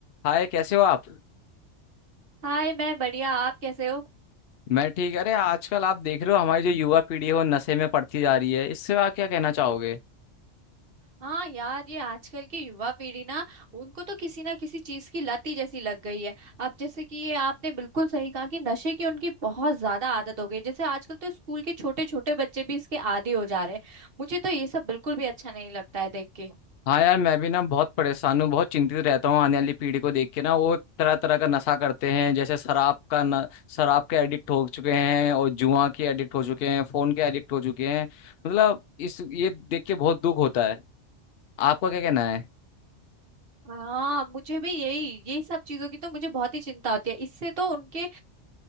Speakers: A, on the left; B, on the right.
A: हाय कैसे हो आप
B: हाय मैं बढ़िया आप कैसे हो
A: मैं ठीक अरे आजकल आप देख रहे हो हमारी जो युवा पीढ़ी है वो नशे में पड़ती जा रही है इससे आप क्या कहना चाहोगे
B: हाँ यार ये आजकल की युवा पीढ़ी ना उनको तो किसी ना किसी चीज की लत ही जैसी लग गई है अब जैसे कि ये आपने बिल्कुल सही कहा कि नशे की उनकी बहुत ज्यादा आदत हो गई जैसे आजकल तो स्कूल के छोटे छोटे बच्चे भी इसके आदी हो जा रहे हैं मुझे तो ये सब बिल्कुल भी अच्छा नहीं लगता है देख के
A: हाँ यार मैं भी ना बहुत परेशान हूँ बहुत चिंतित रहता हूँ आने वाली पीढ़ी को देख के ना वो तरह तरह का नशा करते हैं जैसे शराब का न, शराब के एडिक्ट हो चुके हैं और जुआ के एडिक्ट हो चुके हैं फोन के एडिक्ट हो चुके हैं मतलब इस ये देख के बहुत दुख होता है आपका क्या कहना है
B: हाँ मुझे भी यही यही सब चीजों की तो मुझे बहुत ही चिंता होती है इससे तो उनके